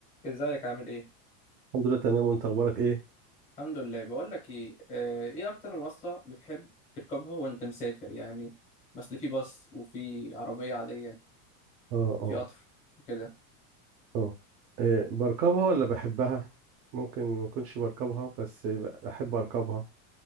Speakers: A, on the left; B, on the right.
A: ازيك عامل ايه؟
B: الحمد لله تمام وانت اخبارك ايه
A: الحمد لله بقول لك ايه آه، ايه اكتر وصلة بتحب تركبها وانت مسافر يعني مثلا في باص وفي عربية عادية
B: اه
A: وفي
B: اه
A: قطر وكده
B: اه إيه بركبها ولا بحبها ممكن ما اكونش بركبها بس بحب اركبها